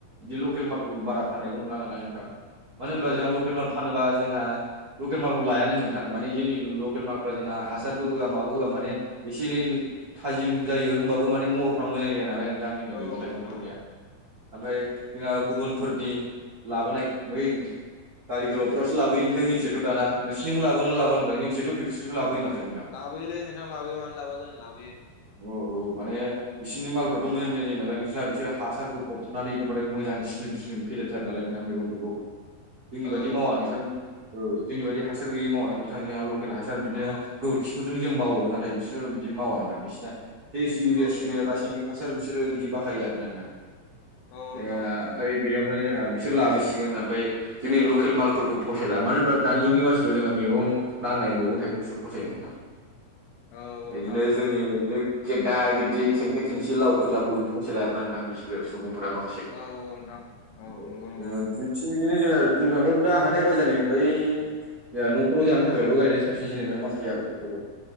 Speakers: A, on the right; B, on the left.
A: लकेल माल बारा फाननायखौ नुला नालाय नोंथां मानो होनबा
B: औ
A: जोङा लकेल माल फानोबा जोंहा लकेल मालखौ लायानो नोंथां माने जोंनि लकेल मालफ्रा जोंहा हासारबो होआ माबो होआ माने एसे एनै थाजिम जायो होमबाबो माने महरफ्रा मोजां जाया नालाय नोंथां जोंनि
B: औ
A: मैगं
B: औ
A: थाइगंफोरनिया
B: नोंथां औ
A: ओमफ्राय जोंहा गुबुनफोरनि लाबोनाय बै दारि गोलाव फोरासो लाबोयो नोंथां जोंथिंजायथ' दाना नोंसिनिबो लाबोना लाबाआ नोथां जोंथिंजायथ' बिसोरसो लाबोयो माथो नोंथां।
B: बै लै नोंथां लाबोयो मानो लाबोआ जानो लाबोयो।
A: औ माने बिसनि मालफ्राथ' मोजां मोजां जायोनालाय नोंस्रा बिस्रा हासारखौ होफबनानै एकदबारे मोजां स्लिम स्लिम फेदेरथारो नालाय नोंथां मैगंफोरखौ जोंनि
B: औ
A: बायदि मावा नोंसोर ओ जोंनि बायदि हासार गैयि मावा नोंथां जोंहा ल लकेल हासार बिदिनो
B: औ
A: गोबोरखिफोरजों जों मावो नाथाय बिसोर बिदि मावा नोंथां बिसिना। बे इउरिया सुरिया
B: नोंथां
A: रासायनिक
B: औ
A: हासार बिसोरो बिदि बाहायो आरो ना नोंथां।
B: औ नोंथां औ नोंथां
A: ओमफाय
B: औ
A: बेयावनो जोंहा बिसोर लाबोसिगोन ओमफाय जोंनि लकेल मालफोरखौ फसायला मानो होनबा दानि जुगनि मानसिफ्रा जोंहा मेगन नांनाय मैगं थाइगंसो फसायोमोन ना।
B: औ औ
A: बिदिनो
B: नोंथां औ
A: जोंनि बिदि गेदा गेदि खेंखाय खेंसि लाव फोरलाफोरखौ फसायला आरो नोंथां बिसोरो सुबुंफोरा मा
B: औ औ नोंथां। औ
A: ओम
B: नंगौ नंगौ
A: जोङो थिग बिदिनो जोङो बुंनो थाङोबाथ' दा हाथाय बाजारनि अनगायै न'फ्राव जानो थाखायल' गायनाया साबसिनसै नोंथां माखासे आबादफोरखौथ'